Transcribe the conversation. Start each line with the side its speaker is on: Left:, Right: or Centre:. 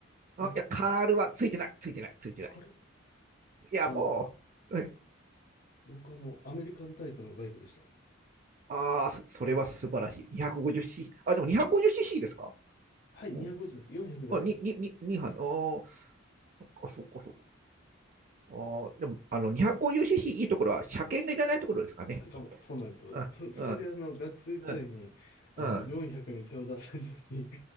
Left: な、
Right: あ、いや、カールはついてない、ついてない、ついてない。
Left: あれ
Right: いや、
Left: あの、
Right: もう、はい
Left: 僕あの、アメリカンタイプのバイクでした。
Right: ああ、そそれは素晴らしい。250cc。あ、でも 250cc ですか
Left: はい、250です。
Right: うん。
Left: 400ではなく。
Right: あ、に、に、に、2班。ああ、そっかそっかそおーでも、あの、250cc いいところは、車検がいらないところですかね。
Left: そう、そうなんですよ。
Right: あ、
Left: そ、それであの、
Right: うん、
Left: 学生時代に、
Right: うん、
Left: あの、
Right: うん。
Left: 400に手を出せずに <laughs> う